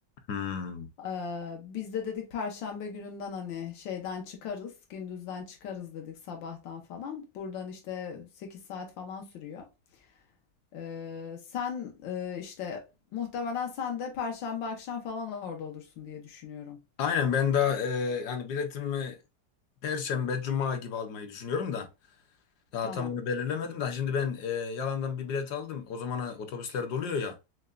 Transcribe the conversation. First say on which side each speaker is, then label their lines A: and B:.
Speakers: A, on the left (about 70°); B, on the left (about 80°).
A: Hmm.
B: Ee, biz de dedik Perşembe gününden hani şeyden çıkarız, gündüzden çıkarız dedik sabahtan falan. Buradan işte 8 saat falan sürüyor. Ee, sen e, işte muhtemelen sen de Perşembe akşam falan orada olursun diye düşünüyorum.
A: Aynen ben daha e, hani biletimi Perşembe, Cuma gibi almayı düşünüyorum da daha
B: Tamam.
A: tam onu belirlemedim de şimdi ben e, yalandan bir bilet aldım. O zamana otobüsler doluyor ya